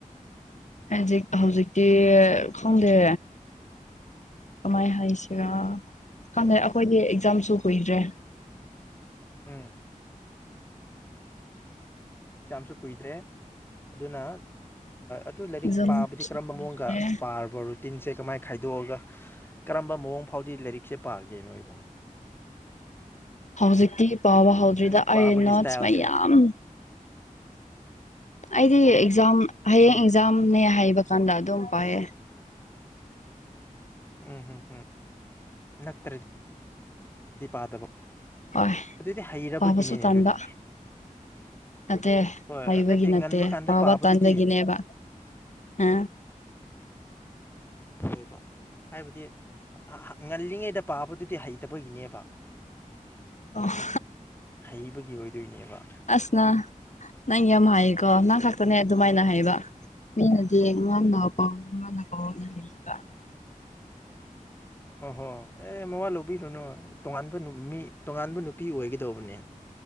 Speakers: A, on the left; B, on the left.
A: ꯍꯖꯤꯛ ꯍꯧꯖꯤꯛꯇꯤ ꯈꯪꯗꯦ ꯀꯃꯥꯏ ꯍꯥꯏꯁꯤꯔꯥ ꯈꯪꯗꯦ ꯑꯩꯈꯣꯏꯗꯤ ꯑꯦꯛꯖꯥꯝꯁꯨ ꯀꯨꯏꯗ꯭ꯔꯦ
B: ꯎꯝ ꯖꯥꯝꯁꯨ ꯀꯨꯏꯗ꯭ꯔꯦ ꯑꯗꯨꯅ ꯑꯗꯨ ꯂꯥꯏꯔꯤꯛ
A: ꯑꯦꯛꯖꯥꯝꯁꯨ
B: ꯄꯥꯕꯗꯤ ꯀꯔꯝꯕ
A: ꯀꯨꯏꯗ꯭ꯔꯦ
B: ꯃꯑꯣꯡꯒ ꯄꯥꯔꯕꯔꯣ ꯇꯤꯟꯁꯦ ꯀꯃꯥꯏꯅ ꯈꯥꯏꯗꯣꯛꯑꯒ ꯀꯔꯝꯕ ꯃꯑꯣꯡ ꯐꯥꯎꯗꯤ ꯂꯥꯏꯔꯤꯛꯁꯦ ꯄꯥꯒꯦ ꯅꯣꯏꯕꯣ
A: ꯍꯧꯖꯤꯛꯇꯤ ꯄꯥꯕ ꯍꯧꯗ꯭ꯔꯤꯗ
B: ꯂꯥꯏꯔꯤꯛ ꯄꯥꯕꯒꯤ
A: ꯑꯩ ꯅꯣꯠꯁ
B: ꯏꯁꯇꯥꯏꯜꯁꯦ
A: ꯃꯌꯥꯝ ꯑꯩꯗꯤ ꯑꯦꯛꯖꯥꯝ ꯍꯌꯦꯡ
B: ꯎꯝ
A: ꯑꯦꯛꯖꯥꯝꯅꯦ ꯍꯥꯏꯕ ꯀꯥꯟꯗ ꯑꯗꯨꯝ ꯄꯥꯏꯌꯦ
B: ꯎꯝ ꯍꯝ ꯍꯝ ꯍꯝ ꯅꯠꯇ꯭ꯔꯗꯤꯗꯤ ꯄꯥꯗꯕ
A: ꯍꯣꯏ
B: ꯑꯗꯨꯗꯤ ꯍꯩꯔꯕꯒꯤꯅꯤꯅꯦ
A: ꯄꯥꯕꯁꯨ ꯇꯥꯟꯕ
B: ꯑꯗꯨꯗꯤ
A: ꯅꯠꯇꯦ
B: ꯍꯣꯏ
A: ꯍꯩꯕꯒꯤ
B: ꯉꯟꯕ
A: ꯅꯠꯇꯦ
B: ꯀꯥꯟꯗ
A: ꯄꯥꯕ
B: ꯄꯥꯕꯗꯨꯗꯤ
A: ꯇꯥꯟꯗꯒꯤꯅꯦꯕ ꯑ
B: ꯍꯣꯢꯕ ꯍꯥꯏꯕꯗꯤ ꯉꯜꯂꯤꯉꯩꯗ ꯄꯥꯕꯗꯨꯗꯤ ꯍꯩꯇꯕꯒꯤꯅꯦꯕ
A: ꯑꯣ
B: ꯍꯩꯕꯒꯤ ꯑꯣꯏꯗꯣꯏꯅꯦꯕ
A: ꯑꯁꯅ ꯅꯪ ꯌꯥꯝ ꯍꯥꯏꯀꯣ ꯅꯪ ꯈꯥꯛꯇꯅꯦ ꯑꯗꯨꯃꯥꯏꯅ ꯍꯥꯏꯕ ꯃꯤꯅꯗꯤ ꯉꯟꯅ ꯄꯥꯎ ꯉꯟꯅ ꯄꯥꯎꯅ ꯍꯩꯢꯕ
B: ꯍꯣꯏ ꯍꯣꯏ ꯑꯦ ꯃꯋꯥ ꯂꯧꯕꯤꯔꯨꯅꯨ ꯇꯣꯉꯥꯟꯕ ꯃꯤ ꯇꯣꯉꯥꯟꯕ ꯅꯨꯄꯤ ꯑꯣꯏꯒꯗꯧꯕꯅꯦ